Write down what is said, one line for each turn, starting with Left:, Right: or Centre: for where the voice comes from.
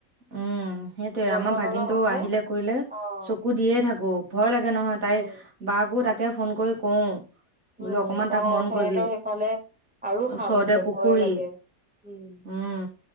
Right: উম সেইটয়ে
Centre: জংঘল
Right: আমাৰ ভাগিনটোটো
Centre: অলপ আছে
Right: আহিলে কৰিলে
Centre: অ',
Right: চকু দিয়ে থাকো ভয় লাগে নহয়
Centre: উম,
Right: তাই বাাকো তাক তাকে ফোন কৰি কওঁ বোলো
Centre: উম
Right: অকমান তাক
Centre: অ
Right: মন
Centre: সিহঁতৰ
Right: কৰিবি,
Centre: সেইফালে আৰু সাপ
Right: ওচৰতে
Centre: আছে
Right: পুখুৰী।
Centre: ভয় লাগে উম
Right: উম,